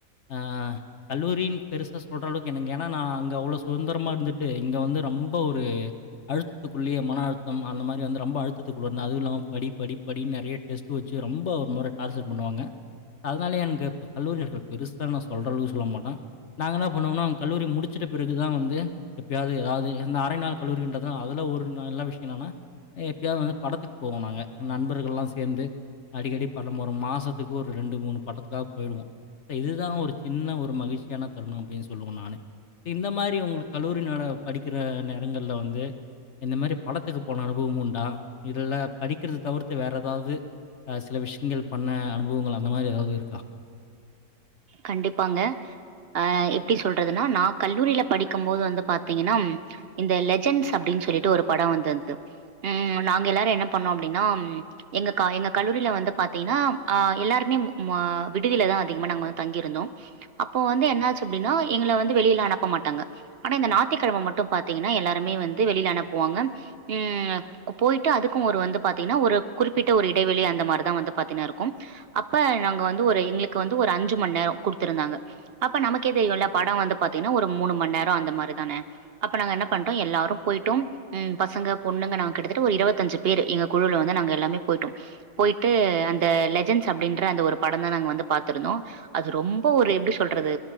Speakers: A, on the left; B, on the right.
A: அ ஆ கல்லூரீன் பெருசா சொல்ற அளவுக்கு எனக்கு ஏன்னா நா அங்க அவ்ளோ சுகுந்தரமா இருந்துட்டு இங்க வந்து ரொம் இப்ப ஒரு அழுத்தத்துக்குள்ளேயே மன அழுத்தம் அந்த மாரி வந்து ரொம்ப அழுத்துக்குள்ள இருந்த அதுவு இல்லாம படி படி படின்னு நெறையா டெஸ்ட் டு வச்சு ரொம்ப ஒரு முற டார்ஜர் பண்ணுவாங்க அதுனாலயே என்க்கு இப்ப கல்லூரிகள் பெருசா நா சொல்ற அளவுக்கு சொல்ல மாட்டே நாங்கள என்னப் பண்ணுவோன்னா கல்லூரி முடிச்சுட்ட பிறகு தா வந்து எப்பையாவது எதாவது எந்த ஆரை நாள் கல்லூரின்றதுதா அதுல ஒரு நல்ல விஷ்யோ என்னனா எப்பயாவது வந்து படத்துக்கு போவோ நாங்க நண்பர்கள்லா சேர்ந்து அடிக்கடி படம் ஒரு மாசத்துக்கு ஒரு ரெண்டு மூணு படத்துக்காவது போய்டுவோ இப்ப இதுதா ஒரு சின்ன ஒரு மகிழ்ச்சியான தருணம் அப்டின்னு சொல்லுவோ நானு இந்த மாரி உங்களுக்கு கல்லூரினால படிக்கிற நேரங்கள்ல வந்து இந்த மாரி படத்துக்கு போன அனுபவம் உண்டா இதுல படிக்கிறத தவுர்த்து வேற எதாவது ஆ சில விஷயங்கள் பண்ண அனுபவங்கள் அந்த மாரி எதாவது இருக்கா
B: கண்டிப்பாங்க அ எப்டி சொல்றதுன்னா நா கல்லூரியில படிக்கும் போது வந்து பாத்தீங்கென்னாம் இந்த லெஜெண்ட்ஸ் அப்டின்னு சொல்லிட்டு ஒரு படோ வந்து இருந்துர்து ம் நாங்க எல்லாரு என்ன பண்ணோ அப்டின்னா எங்க கா எங்க கல்லூரியில வந்து பாத்தீங்கன்னா அ எல்லாருமே மா விடுதிலதா அதிகமா நாங்க வந் தங்கி இருந்தோ அப்ப வந்து என்ன ஆச்சு அப்டின்னா எங்கள வந்து வெளியில அனுப்ப மாட்டாங்க ஆனா இந்த நாத்திக்கெழம மட்டு பாத்தீங்கென்னா எல்லாருமே வந்து வெளியில அனுப்புவாங்க ம் பொயிட்டு அதுக்கும் ஒரு வந்து பாத்தீங்கன்னா ஒரு குறிப்பிட்ட ஒரு இடைவெளி அந்த மாரிதா வந்து பாத்தீங்கன்னா இருக்கும் அப்ப நாங்க வந்து ஒரு எங்களுக்கு வந்து ஒரு அஞ்சு மண் நேரோ குடுத்துருந்தாங்க அப்ப நமக்கே தெரியுல்ல படோ வந்து பாத்தீங்கென்னா ஒரு மூணு‌ மண் நேரோ அந்த மாரி தானு அப்ப நாங்க என்ன பண்டோ எல்லாரும் பொய்ட்டும் ம் பசங்க பொண்ணுங்க நாங்க கிட்டத்தட்ட ஒரு இருவத்தஞ்சு பேரு எங்க குழுவுல வந்து நாங்க எல்லாமே பொயிட்டோம் பொயிட்டு அந்த லெஜெண்ட்ஸ் அப்டின்ற அந்த ஒரு படந்தா நாங்க வந்து பாத்துருந்தோ அது ரொம்ப ஒரு எப்டி சொல்றது